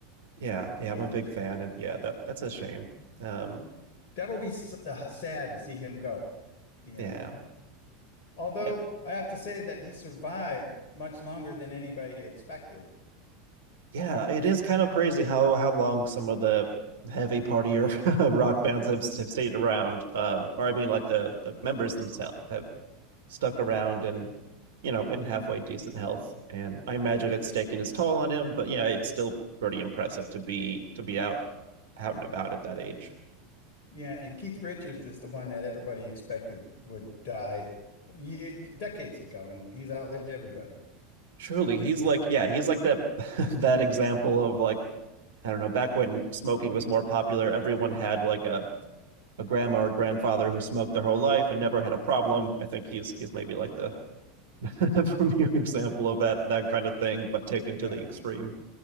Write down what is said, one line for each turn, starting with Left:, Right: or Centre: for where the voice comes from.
Right: Yeah, yeah,
Left: right
Right: I'm a
Left: on.
Right: big fan, and yeah, that that's a shame. Um,
Left: That will be s- uh, sad to see him go, you know.
Right: yeah,
Left: Although
Right: yeah,
Left: I have to say that he survived much longer than anybody expected.
Right: yeah. It is kind of crazy how how long some of the heavy partier <laughs> rock bands have have stayed around. Um, or I mean, like the the members themselves have stuck around and you know in halfway decent health. And I imagine it's taking its toll on him, but yeah, it's still pretty impressive to be to be out out and about at that age.
Left: Yeah, and Keith Richards is the one that everybody expected would die ye decades ago, and he's outlived everybody.
Right: Truly, he's like yeah, he's like that <laughs> that example of like I don't know, back when smoking was more popular, everyone had like a a grandma or grandfather who smoked their whole life and never had a problem. I think he's he's maybe like the <laughs> premier example of that that kind of thing, but taken to
Left: Yeah.
Right: the extreme.